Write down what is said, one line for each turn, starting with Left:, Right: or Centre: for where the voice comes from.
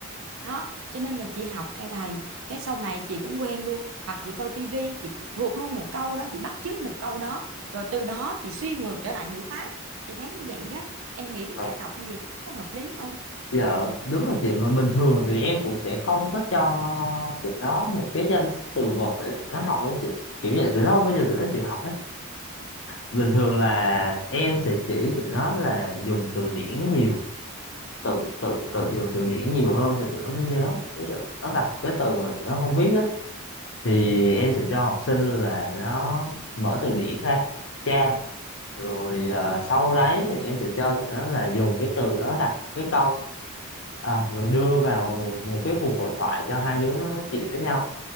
Right: đó cho nên là chị học theo thầy cái sau này chị cũng quen luôn hoặc chị coi tivi chị thuộc luôn một câu đó chị bắt chước một câu đó rồi từ đó chị suy ngược trở lại ngữ pháp chị thấy như vậy đó em nghĩ cái
Left: Ờ,
Right: cách học như vậy có hợp lý không
Left: dạ đúng rồi chị mà bình thường thì em cũng sẽ không có cho tụi nó một cái danh từ vựng để tụi nó học đâu chị kiểu vậy tụi nó bây giờ tụi nó chịu học hết bình thường là em sẽ chỉ tụi nó là dùng từ điển nhiều tự tự tự dùng từ điển nhiều hơn thì tụi nó mới nhớ ví dụ nó gặp cái từ mà tụi nó không biết á thì em sẽ cho học sinh là nó mở từ điển ra tra rồi ờ, sau đấy thì em sẽ cho tụi nó là dùng cái từ đó đặt cái câu à, rồi đưa vào một cái cuộc hội thoại cho hai đứa nó nói chuyện với nhau